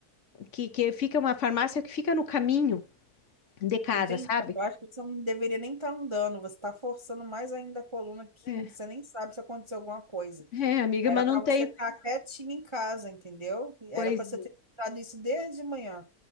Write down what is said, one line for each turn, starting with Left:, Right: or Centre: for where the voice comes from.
Left: que, que fica uma farmácia que fica no caminho de casa,
Right: Entendi,
Left: sabe?
Right: mas eu acho que você não deveria nem estar andando. Você está forçando mais ainda a coluna que
Left: É,
Right: você nem sabe se aconteceu alguma coisa.
Left: é, amiga,
Right: Era
Left: mas
Right: para
Left: não tenho.
Right: você estar quietinha em casa, entendeu? Era
Left: Pois
Right: para você ter dado isso desde de manhã,